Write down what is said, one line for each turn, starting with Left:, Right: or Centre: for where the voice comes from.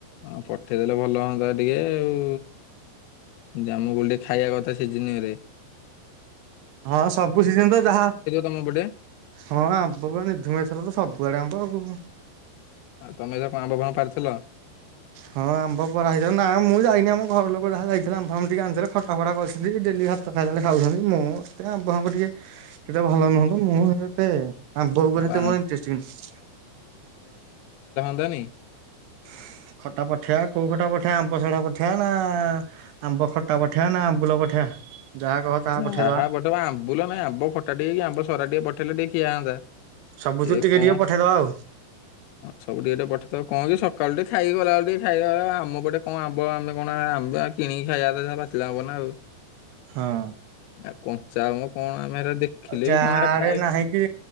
Left: ହଁ ପଠେଇଦେଲେ ଭଲ ହୁଅନ୍ତା ଟିକେ ଆଉ ଜାମୁ କୋଳି ଟିକେ ଖାଇବା କଥା ଶିଯିନ ରେ।
Right: ହଁ ସବୁ ସିଜନ ତ ଯାହା
Left: ତମ ପଟେ?
Right: ହଁ ଆମ୍ବ କି ନିଧୁମେଶ୍ଵର ତ ସବୁଆଡେ ଆମ୍ବ ଆଉ।
Left: ଆଉ ତମେ ଯୋଉ <inaudible> କଣ ଆମ୍ବ ପାରିଥିଲ?
Right: ହ <inaudible> ହଁ ଆମ୍ବ ପରା ହେଇଥିଲା ନା ମୁଁ ଯାଇନି ଆମ ଘର ଲୋକ ଯାହା ଯାଇଥିଲା ଆମ୍ବ ଫାମ୍ୱ ଟିକେ ଆଣିଥିଲେ ଖଟା ଫଟା କରିଛନ୍ତି ଡେଲି। ସଦାବେଳେ ତାହେଲେ ଖାଉଛନ୍ତି ମୁଁ ଏତେ ଆମ୍ବ ଫାମ୍ବ ଟିକେ ସେତେ ଭଲ ନୁହନ୍ତୁ ମୁଁ ଏତେ ଆମ୍ବ ଉପରେ
Left: ଆଉ ଆମ୍
Right: ମୋର ଅଟେ ଇଣ୍ଟ୍ରେଷ୍ଟ ବି ନାହିଁ।
Left: ବନି <inaudible>
Right: <inaudible> ଖଟା ପଠେଇଆ କୋଉ ଖଟା ପଠେଇଆ ଆମ୍ବ ସରା ପଠେଇବା ନା ଆମ୍ବ ଖଟା ପଠେଇବା ନା ଆମ୍ବୁଲ ପଠେଇବା। ଯାହା କହ ତାହା
Left: ଯାହା
Right: ପଠେଇଦବା
Left: ପଠେଇବ ଆମ୍ବୁ ଲ ନାଇଁ ଆମ୍ବ ଖଟା ଟିକେ କି ଆମ୍ବ ସରା ଟିକେ ପଠେଇଲେ ଟିକେ ଖିଆ ହନ୍ତା।
Right: ସବୁଥିରୁ
Left: ଏ
Right: ଟିକେ
Left: କଣ
Right: ଟିକେ ପଠେଇଦବା ଆଉ
Left: ସବୁ ଟିକେଟିଟେ ପଠେଇ କଣ କି ସକାଳୁ ଟିକେ ଖାଇକି ଗଲାବେଳେ ଟିକେ ଖାଇବା ଆମ ପଟେ କଣ ଆମ୍ବ ଆମେ କଣ ଆ କିଣିକି ଖାଇବା ତ ପାଚିଲା ହବ ନା ଆଉ।
Right: ହଁ
Left: ଆଉ କଞ୍ଚା ଆମ୍ବ କଣ ଆମେ ହେରା ଦେଖିଲେ
Right: ଯାଆଡେ
Left: ବି କଣ ହେରା ଖାଇବା
Right: ନାହିଁ କି